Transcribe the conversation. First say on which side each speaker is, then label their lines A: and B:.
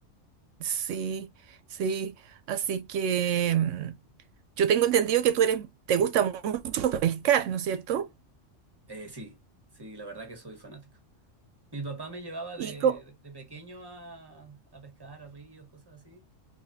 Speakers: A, on the right; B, on the right.
A: sí, sí. Así que mm, yo tengo entendido que tú eres, te gusta mucho pescar, ¿no es cierto?
B: Eh, sí, sí, la verdad que soy fanático. Mi papá me llevaba de,
A: Y co-
B: de pequeño a, a pescar, a ríos, cosas así.